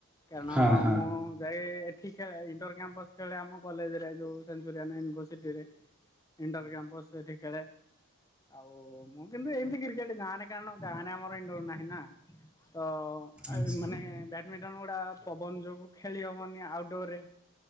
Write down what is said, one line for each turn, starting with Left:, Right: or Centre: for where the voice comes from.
Left: କାରଣ
Centre: ହଁ ହଁ
Left: ମୁଁ ଯାଏ ଠିକ୍ ଖେଳେ ଇଣ୍ଟର କ୍ୟାମ୍ପସ ଖେଳେ ଆମ କଲେଜରେ ଯଉ ସେନ୍ଚୁରିଆନ ଇନଭରସିଟିରେ। ଇଣ୍ଡର କ୍ୟାମ୍ପସ୍ ସେଇଠି ଖେଳେ। ଆଉ ମୁଁ କିନ୍ତୁ ଏମତି କ୍ରିକେଟ ଗାଁରେ କାରଣ ଗାଁରେ ଆମରଇଣ୍ଡୋର ନାହିଁ ନା ତ
Centre: ଆଚ୍ଛା
Left: ମାନେ ବ୍ୟାଡ଼ମିଟ ଟନ ଗୁଡା ପବନ ଯୋଗୁ ଖେଳି ହବନି ଆଉଟଡୋର ରେ।